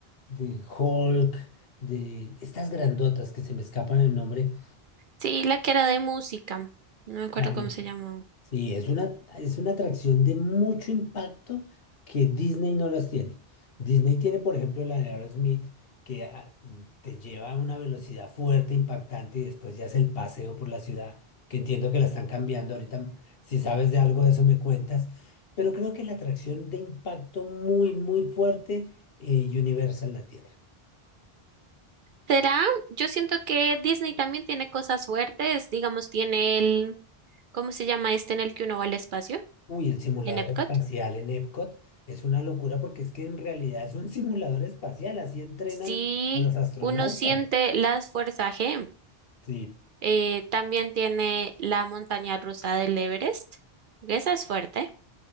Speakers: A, on the left; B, on the right.
A: de Hulk, de estas grandotas que se me escapan el nombre,
B: Sí, la que era de música. No me acuerdo
A: es-
B: cómo se llamó.
A: Sí, es una, es una atracción de mucho impacto que Disney no las tiene. Disney tiene, por ejemplo, la de Aerosmith, que ah, mm, te lleva a una velocidad fuerte, impactante, y después ya es el paseo por la ciudad, que entiendo que la están cambiando ahorita. Si sabes de algo de eso, me cuentas. Pero creo que la atracción de impacto muy, muy fuerte, eh, Universal la tiene.
B: ¿Será? Yo siento que Disney también tiene cosas fuertes. Digamos, tiene el... ¿Cómo se llama este en el que uno va al espacio?
A: Uy, el simulador
B: En Epcot.
A: espacial en Epcot es una locura porque es que en realidad es un simulador espacial, así entrenan
B: Sí,
A: a los astronautas.
B: uno siente las fuerzas G.
A: Sí,
B: Eh, también tiene la montaña rusa del Everest. Esa es fuerte.